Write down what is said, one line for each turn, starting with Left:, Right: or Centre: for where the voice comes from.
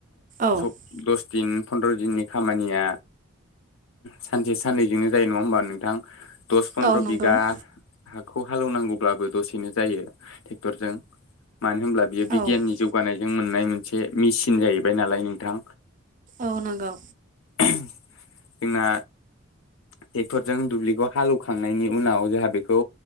Right: औ
Left: स दस दिन फन्द्र' दिननि खामानिया सानसे साननैजोंनो जायो नङा होमबा नों नोंथां दस फन्द्र
Right: औ नंगौ
Left: बिघा खौ हालौनांगौब्लाबो दसेनो जायो ट्रेक्टरजों मानो होनब्ला बेयो बिगियाननि
Right: औ
Left: जौगानाय मोननाय मोन मिचिन जाहैबाय नालाय नोंथां
Right: औ नंगौ
Left: जोंना ट्रेक्टरजों दुब्लिखौ हालेवखांनायनि उनाव जोंहा बेखौ